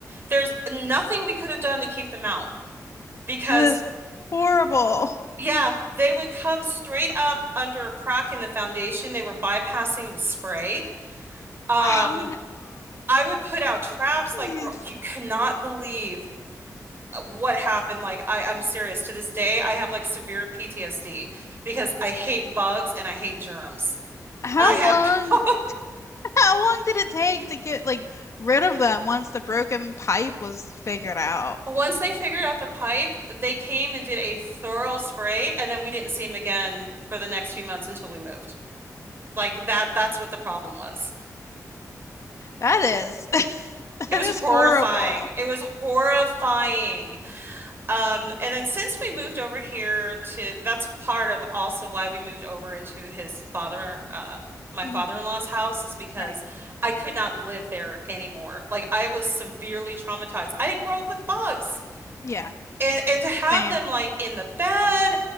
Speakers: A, on the right (about 35°); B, on the left (about 50°).
A: There's nothing we could have done to keep them out. Because
B: That is horrible.
A: yeah, they would come straight up under a crack in the foundation. They were bypassing the spray. Um,
B: Oh
A: I would put out traps
B: no.
A: like
B: Jeez.
A: girl, you cannot believe uh, what happened. Like I, I'm serious. To this day, I have like severe PTSD because I hate bugs and I hate germs.
B: How
A: And I had
B: long,
A: <laughs>
B: how long did it take to get like rid of them once the broken pipe was figured out?
A: once they figured out the pipe, they came and did a thorough spray, and then we didn't see them again for the next few months until we moved. Like that, that's what the problem was.
B: That is, <laughs> that
A: It was
B: is
A: horrifying.
B: horrible.
A: It was horrifying. Um, and then since we moved over here to, that's part of also why we moved over into his father, uh, my
B: hmm
A: father-in-law's house is because
B: Right.
A: I could not live there anymore. Like I was severely traumatized. I didn't grow up with bugs,
B: Yeah.
A: and and to have
B: Same.
A: them like in the bed,